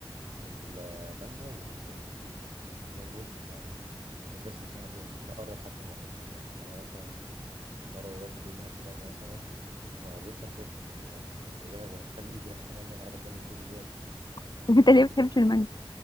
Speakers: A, on the right (about 75°); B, on the left (about 50°).
A: المانجا والبطيخ الاتنين دول يعني مش بس مستحيل اكلهم مستحيل اقرب حتى من ريحتهم يعني يعني انا مثلا مرة بابايا كان بيقول لي هات لي مانجا مثلا ما رضيتش امسكها يعني آه، بالنسبة لي دي هتخلي ايدي ريحة مانجا وهقعد اتجنن طول اليوم
B: <laughs> انت ليه ما بتحبش المانجا